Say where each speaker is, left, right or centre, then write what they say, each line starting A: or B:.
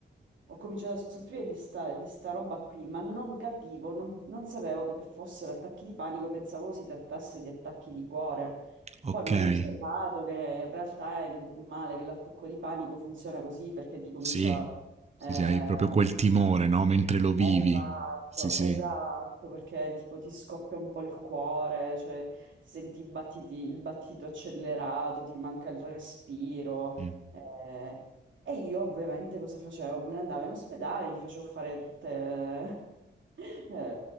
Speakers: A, on the right; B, on the right.
A: ho cominciato a soffrire di sta, di sta roba qui, ma non capivo, non, non sapevo che fossero attacchi di panico, pensavo si trattasse di attacchi di cuore.
B: okay.
A: Poi mi hanno spiegato che in realtà è normale che l'attacco di panico funziona così perché ti comincia...
B: Sì, sì,
A: eh,
B: sì, hai proprio quel timore, no, mentre lo vivi.
A: esatto,
B: Sì, sì,
A: esatto, perché tipo ti scoppia un po' il cuore, cioè ti senti i battiti- il battito accelerato, ti manca il respiro.
B: sì,
A: eh. E io ovviamente cosa facevo? Me ne andavo in ospedale, mi facevo fare tutte... <laughs> eh,